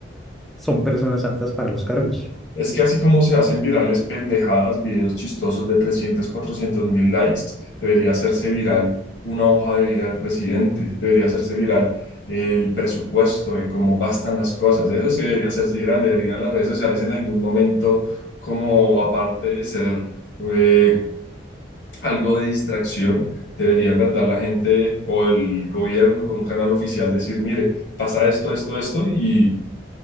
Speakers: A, in the centre; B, on the left.
A: son personas aptas para los cargos.
B: Es que así como se hacen virales pendejadas, videos chistosos de 300, 400 mil likes, debería hacerse viral una hoja de vida del presidente, debería hacerse viral el presupuesto de cómo gastan las cosas. Eso sí debería hacerse viral, deberían las redes sociales en algún momento, como aparte de ser eh, algo de distracción, debería en verdad la gente o el gobierno con un canal oficial decir, mire, pasa esto, esto, esto, y